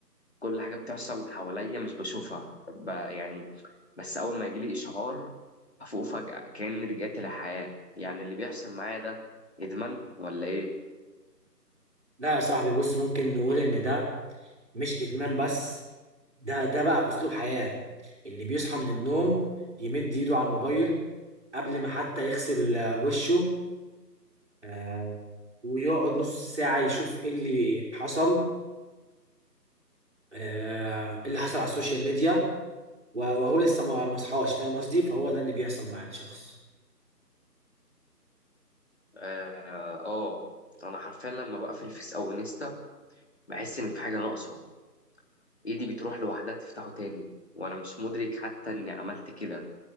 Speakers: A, on the left; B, on the right.
A: كل حاجة بتحصل حواليا مش بشوفها ب- يعني بس اول ما يجيلي اشعار افوق فجأة كأني رجعت للحياة يعني اللي بيحصل معايا ده ادمان ولا ايه؟
B: لا يا صاحبي بص ممكن نقول ان ده مش ادمان بس ده ده بقى اسلوب حياة اللي بيصحى من النوم يمد ايده على الموبايل قبل ما حتى يغسل آه، وشه آه، ويقعد نص ساعة يشوف ايه اللي حصل آه، ايه اللي حصل على السوشيال ميديا و- وهو لسه ما ما صحاش فاهم قصدي فهو ده اللي بيحصل مع الشخص
A: اه آه، انا حرفيا لما بقفل فيس او انستا بحس إن في حاجة ناقصة إيدي بتروح لوحدها تفتحه تاني وأنا مش مدرك حتى إني عملت كده